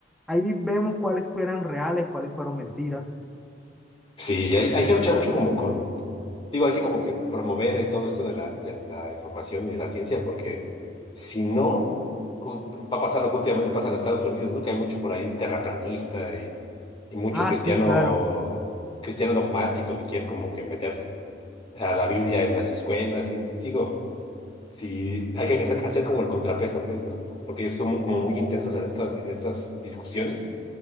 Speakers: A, in the centre; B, on the left.
A: ahí vemos cuáles fueran reales, cuáles fueron mentiras.
B: Sí, hay, hay que luchar mucho como con Digo, hay que como que promover eh, todo esto de la, de la información y de la ciencia, porque si no, u- va a pasar lo que últimamente pasa en Estados Unidos, ¿no? Que hay mucho por ahí terraplanista y, y mucho
A: Ah,
B: cristiano,
A: sí, claro.
B: cristiano dogmático que quiere como que meter a la Biblia en las escuelas. Y digo, si hay que hacer, hacer como el contrapeso, pues, ¿no? Porque ellos son como muy intensos en estas, en estas discusiones